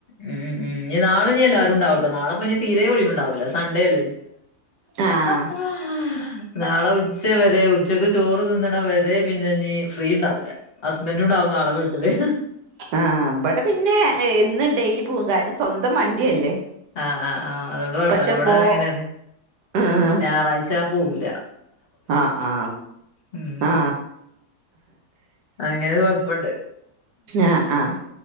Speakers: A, on the left (about 40°); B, on the right (about 80°).
A: മ് മ് ഇഞ് നാളെ ഇനി എല്ലാരും ഉണ്ടാവുട്ടോ നാളെപ്പ ഇഞീ തീരേ ഒഴിവ് ഇണ്ടാവൂലസണ്ടേ അല്ലേ
B: ആഹ്
A: <inaudible> നാള ഉച്ച വരെ ഉച്ചക്ക് ചോറ് തിന്ന്ണ വരെ പിന്നെ ഞ് ഫ്രീ ഇണ്ടാവുല ഹസ്ബൻഡും ഇണ്ടാവും നാളെ വീട്ട്ല്
B: ആഹ് ഇപടെ പിന്നെ എന്ന് ഡെലി പൂവും കാരണം സ്വന്തം വണ്ടിയല്ലേ
A: ആഹ് ആഹ് ആഹ് അതുകൊണ്ട് കൊഴപ്പല്ല
B: പക്ഷെ
A: ഇവടെ
B: പോ
A: അങ്ങനെ
B: ആഹ്
A: ഞായറാഴ്ച പോവുല
B: അആ അ
A: ഉം
B: ആ
A: അങ്ങനെ കൊഴപ്പണ്ട്
B: ആഹ് ആഹ്